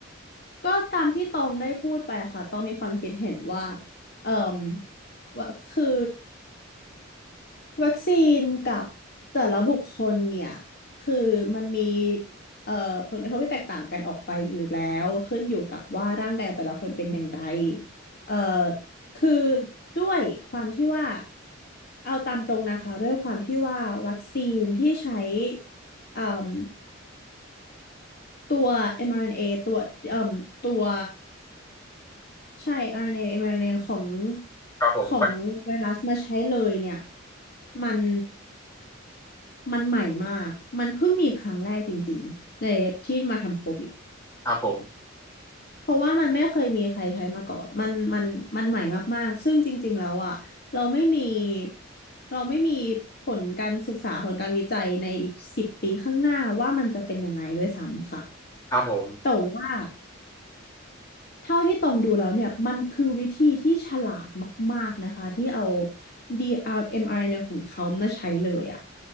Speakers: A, on the left; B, on the left.
A: ก็ตามที่ตองได้พูดไปค่ะตองมีความคิดเห็นว่าเอ่มว่าคือวัคซีนกับแต่ละบุคคลเนี่ยคือมันมีเอ่อผลกระทบที่แตกต่างกันออกไปอยู่แล้วขึ้นอยู่กับว่าร่างกายของแต่ละคนเป็นอย่างไรเอ่อคือด้วยความที่ว่าเอาตามตรงนะคะด้วยความที่ว่าวัคซีนที่ใช้เอ่ม ตัว mRNA ตัวเอ่มตัวใช่ RNA mRNA ของ
B: ครับผม
A: ของไวรัสมาใช้เลยเนี่ย มัน มันใหม่มาก มันเพิ่งมีครั้งแรกจริงๆในที่มาทำโควิด
B: ครับผม
A: เพราะว่ามันไม่เคยมีใครใช้มาก่อน มันมันมันใหม่มากๆ ซึ่งจริงๆแล้วอ่ะเราไม่มี เราไม่มีผลการศึกษาผลการวิจัยในอีกสิบปีข้างหน้าว่ามันจะเป็นยังไงด้วยซ้ำค่ะ
B: ครับผม
A: แต่ว่า เท่าที่ตรงดูแล้วเนี่ยมันคือวิธีที่ฉลาดมากๆนะคะที่เอา DRMRNA ของเขามาใช้เลยอะ